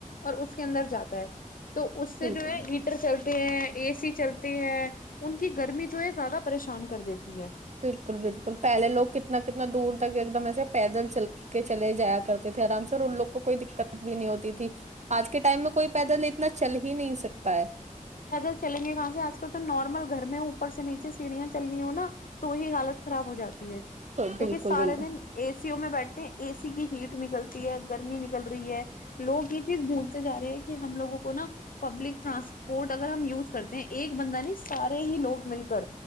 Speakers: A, on the left (about 80°); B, on the right (about 55°).
A: اور اس کے اندر جاتا ہے تو اس سے
B: بالکل
A: جو ہےٹ ہیں اے سی چلتے ہیں ان کی گرمی جو ہے زیادہ پریشان کر دیتی ہے
B: بالکل بالکل پہلے لوگ کتنا کتنا دور تک ایک دم ایسے پیدل چل کے چلے جایا کرتے تھے آرام سے اور ان لوگ کو کوئی دقت بھی نہیں ہوتی تھی آج کے ٹائم میں کوئی پیدل اتنا چل ہی نہیں سکتا ہے
A: پیدل چلیں گے کہاں سے آج کل تو نارمل گھر میں اوپر سے نیچے سیڑھیاں چلنی ہو نا تو ہی حالت خراب ہو جاتی
B: تو
A: کیونکہ
B: بالکل
A: سارے
B: بالکل
A: دن اے سیوں میں بیٹھتے ہیں اے سی کی ہیٹ نکلتی ہے گرمی نکل رہی ہے لوگ یہ چیز بھولتے جا رہے ہیں کہ ہم لووں کو نا پبلک ٹرانسپورٹ پورٹ اگر ہم یوز کرتے ہیں ایک بندہ نہیں سارے ہی لوگ مل کر